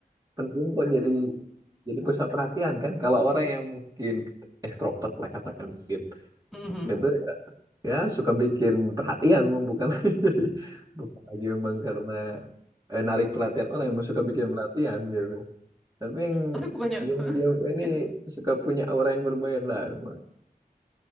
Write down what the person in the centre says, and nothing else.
Mhm.
Tapi bukannya
<laughs>